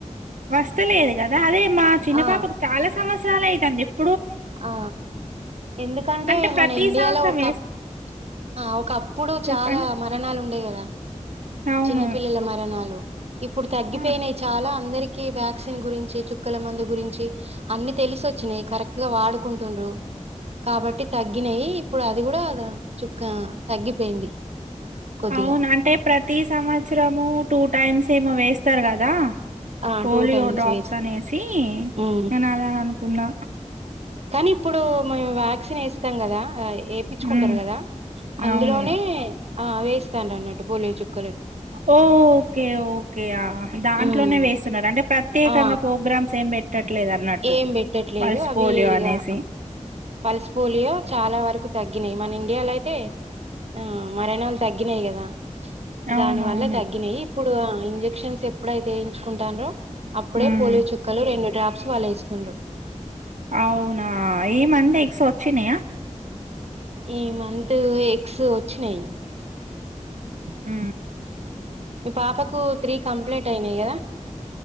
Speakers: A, on the right; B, on the right.
A: వస్తలేదు కదా అదే మా చిన్న
B: ఆ
A: పాపకు చాలా సమస్ <unintelligible>
B: ఆ ఎందుకంటే
A: అంటే ప్రతి
B: మన ఇండియాలో
A: సంవత్సరం
B: ఒకప్
A: వేస్
B: ఆ ఒకప్పుడు
A: చెప్పండి
B: చాలా మరణాలు ఉండేయి కదా దా
A: అవును
B: చిన్న పిల్లల మరణాలు ఇప్పుడు తగ్గిపోయినయి
A: ఆ,
B: చాలా అందరి కి వ్యాక్సిన్ గురించి చుక్కల మందు గురిం చి అన్ని తెలిసోచ్చినయి కరెక్ట్గా వాడుకుంటుంన్రూ కాబట్టి తగ్గినయి ఇప్పుడు అది గుడా చుక్క తగ్గిపోయింది కొద్దిగా
A: అవును అంటే ప్రతి సంవత్సరము టూ టైమ్స్ ఏమో వేస్తా రు కదా
B: ఆ
A: పోలియో
B: టూ టైమ్స్
A: డ్రాప్స్
B: వేసి
A: అనేసి
B: ఉమ్
A: నేన్ అలా అనుకున్నా
B: కానీ ఇప్పుడు మేము వ్యాక్సిన్ ఏస్తాం కదా ఏపిచ్చుకుంటరు
A: ఉమ్
B: కదా అందులోనే
A: అవును
B: ఆ వేస్ స్తన్రనట్టు పోలియో చుక్
A: ఓ ఓకే ఓకే ఆ దాంట్లోనే
B: ఉమ్
A: వేస్ టున్నార్ అంటే ప్రత్యేకంగా
B: ఆ
A: ప్రోగ్రామ్స్ ఏం పెట్టట్లేదు అన్నట్టు
B: ఏం పెట్టట్లేదు
A: పల్స్
B: అవి
A: పోలియో
B: ఇగా
A: అనేసి
B: పల్స్ పోలియో చాలా వరకు తగ్గినయి మన ఇండియాలో అయితే ఆ మరణలు తగ్గినయి కదా
A: అవునవును
B: దాని వల్ల తగ్గినయి ఇప్పుడు ఆ ఇంజెక్షన్స్ ఎప్పుడైతే ఏయించుకుంటాన్రో అప్పుడే
A: ఉమ్
B: పోలియో చుక్కలు రెండు డ్రాప్స్ వాల్ ఏస్తుండ్రు.
A: అవునా ఈ మంత్ సోచ్చినయా
B: ఈ మంత్ ఎగ్స్ వచ్చినయి.
A: ఊ
B: మీ పాపకు త్రీ కంప్లీట్ అయినయి కదా